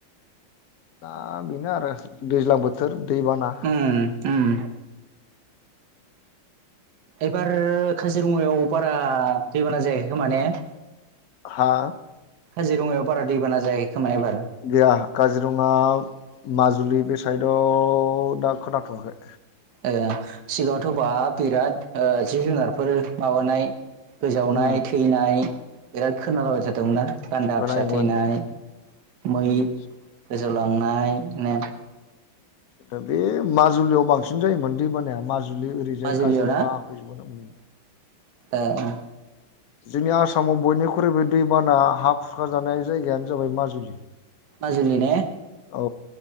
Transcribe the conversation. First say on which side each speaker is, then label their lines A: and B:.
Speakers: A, on the left; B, on the right.
A: दा बेनो आरो दैज्लां बोथोर दैबाना
B: ओम ओम एबार काजिरंङायाव बारा दैबाना जायाखै खोमा ने
A: हा?
B: खाजिरंङा आव बारा दै बाना जायाखै खोमा एबार
A: गैया काजिरंङा माजुलि बे साइदआव दा खोनाथ वाखै।
B: ओ सिगाङावथ बा बिराद जिब जुनारफोर माबानाय गोजावनाय
A: उम
B: थैनाय बिराद खोनालाबाय थादोंमोनना? गान्दा
A: खोनायोमोन
B: फिसा थैनाय मै
A: उम
B: गोजौलांनाय नो
A: दा बे माजुलियाव बांसिन जायोमोन दैमाना माजुलि ओरैजाय
B: माजुलियाव
A: काजिरंङा
B: ना
A: हाजोंबो उम।
B: ओ ओ
A: जोंनि आसामाव बयनिख्रुइबो दैबाना हा खुरखा जानाय जायगायानो जाबाय माजुलि।
B: माजोलि ने
A: औ